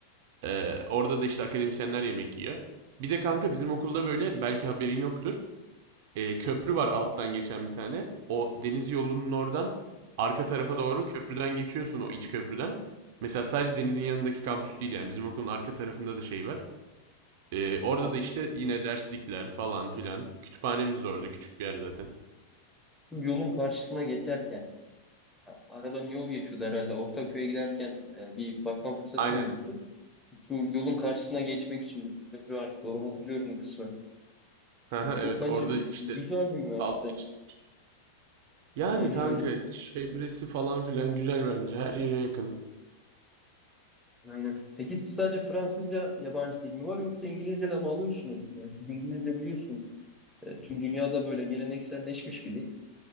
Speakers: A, on the right; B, in the centre.
A: Ee, orada da işte akademisyenler yemek yiyor. Bir de kanka bizim okulda böyle belki haberin yoktur e, köprü var alttan geçen bir tane. O deniz yolunun oradan arka tarafa doğru köprüden geçiyorsun o iç köprüden. Mesela sadece denizin yanındaki kampüs değil yani bizim okulun arka tarafında da şey var. E, orada
B: Abi
A: da işte yine derslikler falan filan. Kütüphanemiz de orada küçük bir yer zaten.
B: şu yolun karşısına geçerken ha, aradan yol geçiyordu herhalde. Ortaköy'e giderken e, bir bakma fırsatım
A: Aynen.
B: olmuştu. Şu yolun karşısına geçmek için bir köprü var. Doğru hatırlıyorum o kısmı.
A: Haha,
B: Yani çok
A: Evet
B: bence
A: orada işte
B: güzel bir üniversite.
A: alt geçit. Yani
B: Aynen
A: kanka
B: öyle.
A: çevresi falan filan güzel bence her yere yakın.
B: Aynen. Peki siz sadece Fransızca yabancı dil mi var yoksa İngilizce de mi alıyorsunuz? Yani çünkü İngilizce biliyorsun e, tüm dünyada böyle gelenekselleşmiş bir dil.